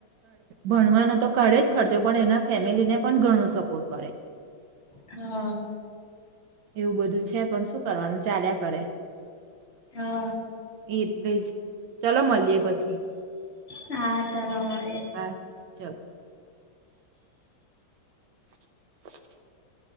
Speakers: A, on the right; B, on the left.
A: ભણવાનો તો કાઢે જ ખર્ચો પણ એના ફેમિલીને પણ ઘણો સપોર્ટ કરે
B: હા.
A: એવું બધું છે પણ શું કરવાનું ચાલ્યા કરે.
B: હા
A: એટલે જ ચલો મળીએ પછી.
B: હા ચાલો મળે.
A: હા ચાલ. <inaudible>